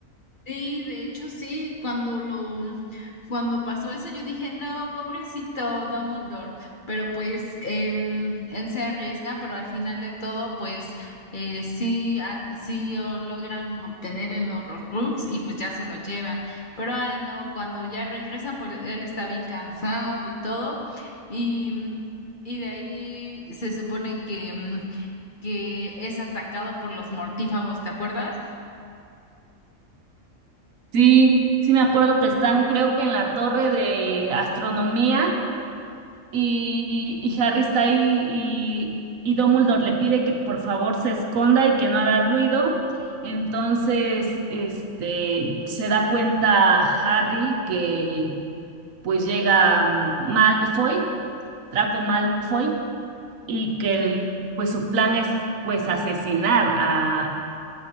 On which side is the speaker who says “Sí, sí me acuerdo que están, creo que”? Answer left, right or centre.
Right